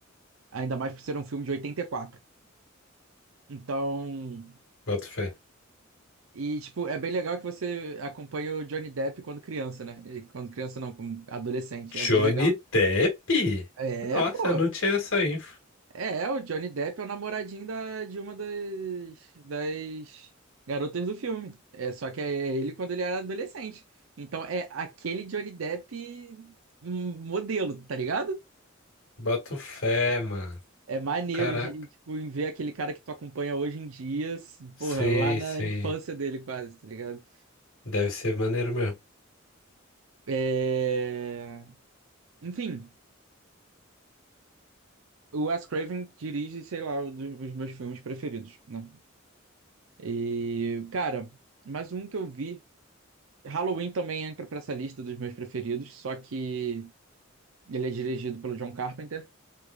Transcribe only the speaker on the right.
ainda mais por ser um filme de 84. Então,
e tipo, é bem legal que você acompanha o Johnny Depp quando criança, né? E quando criança não, como adolescente,
é bem legal.
É,
pô.
É, é, o Johnny Depp é o namoradinho da, de uma das, das garotas do filme. É, só que é ele quando ele era adolescente. Então é aquele Johnny Depp hum, modelo, tá ligado?
É maneiro
de, tipo, em ver aquele cara que tu acompanha hoje em dia, s-
porra, lá na
infância dele quase, tá ligado?
É... Enfim, o Wes Craven dirige, sei lá, um dos meus filmes preferidos, né? E, cara, mais um que eu vi. Halloween também entra pra essa lista dos meus preferidos, só que ele é dirigido pelo John Carpenter,